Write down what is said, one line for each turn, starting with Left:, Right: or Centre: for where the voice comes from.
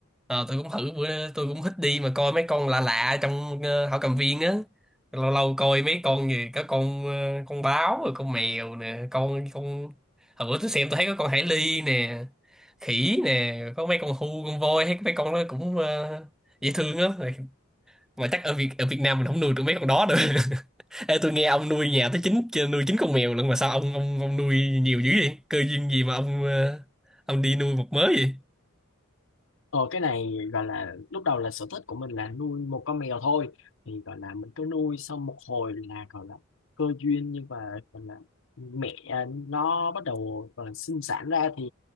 Centre: Ờ, tôi cũng thử bữa tôi cũng thích đi mà coi mấy con lạ lạ trong ờ, thảo cầm viên á lâu lâu coi mấy con gì có con ờ, con báo rồi con mèo nè con con hồi bữa tôi xem tôi thấy có con hải ly nè khỉ nè có mấy con hươu con voi thấy mấy con nó cũng ờ, dễ thương á mà chắc ở Việt ở Việt Nam mình không nuôi được mấy con đó được <laughs> Ê, tôi nghe ông nuôi nhà tới chín nuôi chín con mèo lận mà sao ông ông ông nuôi nhiều dữ vậy cơ duyên gì mà ông ờ, ông đi nuôi một mớ vậy
Left: Ờ cái này gọi là lúc đầu là sở thích của mình là nuôi một con mèo thôi thì gọi là mình cứ nuôi xong một hồi là gọi là cơ duyên nhưng mà gọi là mẹ à, nó bắt đầu gọi là sinh sản ra thì